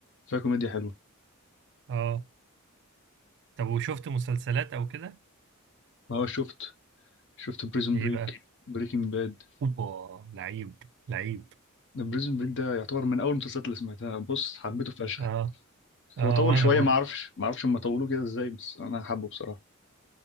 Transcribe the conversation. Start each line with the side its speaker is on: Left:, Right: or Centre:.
Left: فيها كوميديا حلوه
Right: آه. طب وشفت مسلسلات او كده
Left: اه شفت شفت بريزون
Right: ايه
Left: بريك
Right: بقى
Left: بريكنج باد
Right: اوبا لعيب لعيب
Left: بريزون بريك ده يعتبر من اول المسلسلات اللي سمعتها بص حبيته فشخ
Right: اه اه
Left: هو طول
Right: وانا
Left: شويه
Right: برضو
Left: ما آه. اعرفش ما اعرفش هم طولوه كده ازاي بس انا حابه بصراحه